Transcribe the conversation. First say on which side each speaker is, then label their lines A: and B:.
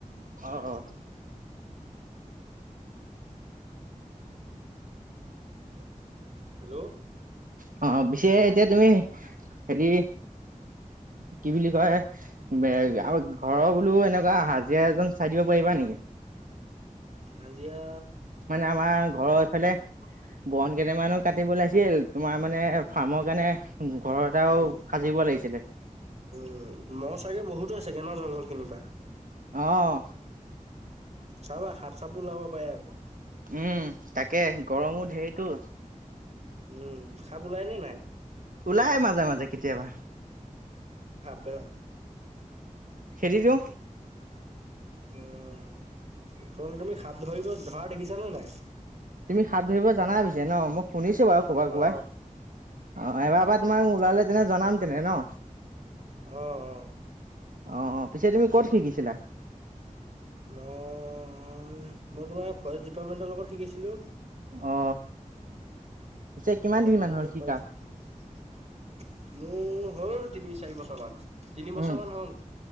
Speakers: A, on the right; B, on the right.
A: আহ অ।
B: হেল্ল'
A: হেল্ল' অ পিছে এতিয়া তুমি হেৰি কি বুলি কয় এ আ ঘৰৰ বোলো এনেকুৱা হাজিৰা এজন চাই দিব পাৰিবা নেকি <inaudible>
B: হাজিয়া
A: মানে আমাৰ ঘৰৰ ইফালে বন কেইটামানো কাটিব লাগিছিল তোমাৰ মানে
B: উম
A: ফাৰ্মৰ কাৰণে ঘৰ এটাও
B: উম
A: সাজিব লাগিছিলে
B: উম মহ চাগে বহুতো চাগে ন জংঘল খিনিৰ পৰা।
A: আহ।
B: চাবা সাপ চাপো ওলাব পাৰে আকৌ।
A: উম তাকে গৰমো ঢেৰটো।
B: উম সাপ ওলাই নে নাই?
A: ওলাহে মাজে মাজে কেতিয়াবা?
B: পেলাক
A: খেদি দিওঁ।
B: উম ত তুমি সাপ ধৰিব ধৰা দেখিছা নে নাই?
A: তুমি সাপ ধৰিব জানা পিছে ন মই শুনিছ চু বাৰু কবাত কবাত,
B: অ
A: অ এবাৰ পৰা তোমাক ওলালে তেনে জনাম তেনে ন?
B: আহ আহ।
A: আহ পিছে তুমি ক'ত শিকিছিলা?
B: মই মই তোমাৰ ফৰেষ্ট ডিপাৰ্টমেন্টৰ লগত শিকিছিলো।
A: অ। পিছে কিমান
B: তাৰপিছত
A: দিন
B: মানে
A: মান হ'ল
B: এতিয়া
A: শিকা?
B: ফৰেছ মোৰ হ'ল তিনি চাৰি বছৰমান, তিনি বছৰ
A: উম,
B: মান হ'ল।